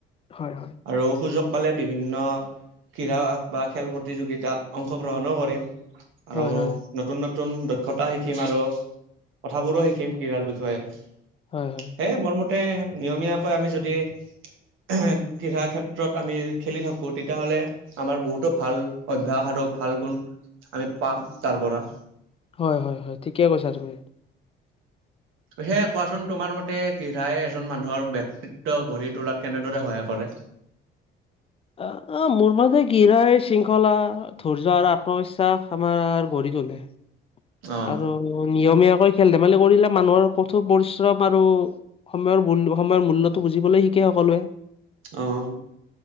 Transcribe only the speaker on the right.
আৰু সুযোগ পালে বিভিন্ন ক্ৰীড়া বা খেল প্ৰতিযোগিতাত অংশ গ্ৰহণো কৰিম। আৰু
নতুন নতুন দক্ষতা শিকিম আৰু। কথাবোৰো শিকিম ক্ৰীড়াৰ বিষয়ে।
এই মোৰ মতে নিয়মীয়াকৈ আমি যদি ক্ৰীড়াৰ ক্ষেত্ৰত আমি খেলি থাকোঁ তেতিয়াহ'লে আমাৰ বহুতো ভাল অভ্যাস আৰু ভাল গুণ আমি পাম তাৰপৰা।
সেয়ে কোৱাচোন তোমাৰ মতে ক্ৰীৰাই এজন মানুহৰ বক্তিত্ব গঢ়ি তোলাত কেনেদৰে সহায় কৰে।
অ
অ'।